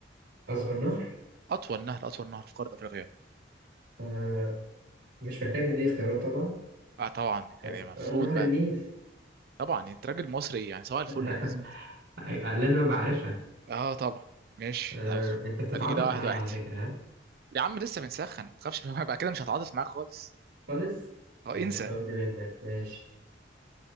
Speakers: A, on the right (about 85°); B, on the right (about 55°).
A: أصغر نهر
B: اطول نهر اطول نهر في قارة افريقيا
A: آه. مش محتاج تديك اختيارات طبعا
B: اه طبعا
A: حلو.
B: يعني المفروض
A: آه، نهر
B: بقى
A: النيل
B: طبعا يعني انت راجل مصري يعني سواء
A: <laughs>
B: الفل لازم ت-
A: أي- لازم ابقى عارفها
B: اه طبعا ماشي
A: آه،
B: حلو
A: انت بتتعاطف
B: ادي كده واحد
A: معايا
B: واحد
A: على فكرة ها
B: يا عم لسه بنسخن ما تخافش <laughs> منها، بقى كده مش هتعاطف معاك خالص
A: خالص
B: اه
A: يعني
B: انسى
A: بتخوفني منك ماشي